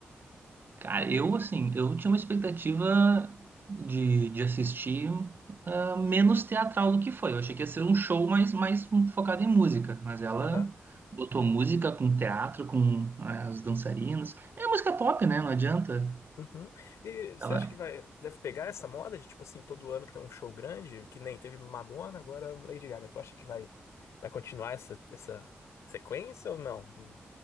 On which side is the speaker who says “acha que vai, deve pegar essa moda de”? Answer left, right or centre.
Left